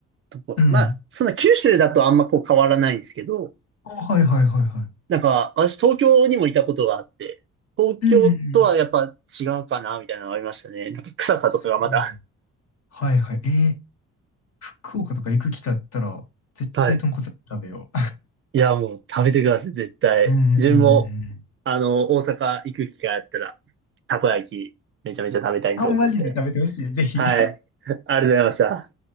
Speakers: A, on the right; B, on the left.
A: とこ、
B: うん。
A: まあ、そんな九州だとあんまこう変わらないんですけど、
B: あ、はいはいはいはい。
A: なんか、私東京にもいたことがあって、東京とはやっぱ違うかな、
B: うんうんうん
A: みたいなのがありましたね。なんか臭さとかがまた
B: あそう。はいはい。ええ福岡とか行く機会あったら、絶対豚骨食べよ
A: はい。いや、もう食べてください、絶対。
B: う。<laughs> うん。
A: 自分も、
B: うんうんうん。
A: あの、大阪行く機会あったら、たこ焼き、めちゃめちゃ食べたいと思うんで。
B: あ、マジで食べてほしい。ぜひ。
A: はい。<laughs> ありがとうございました。